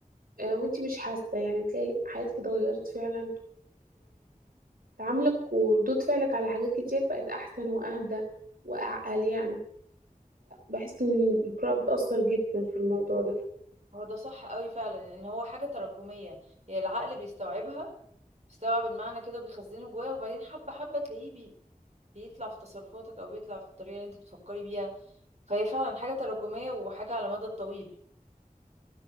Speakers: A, on the right; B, on the right.
A: آه، وانت مش حاسة يعني تلاقي حياتك اتغيرت فعلا وتعاملك وردود فعلك على حاجات كتير بقت احسن واهدى واعقل يعني بحس ان القراءة بتأثر جدا في الموضوع ده
B: هو ده صح قوي فعلا لان هو حاجه تراكميه هي العقل بيستوعبها بيستوعب المعنى كده بيخزنه جواه وبعدين حبه حبه تلاقيه بيطلع في تصرفاتك او بيطلع في الطريقه اللي انت بتفكري بيها فهي فعلا حاجه تراكميه وحاجه على المدى الطويل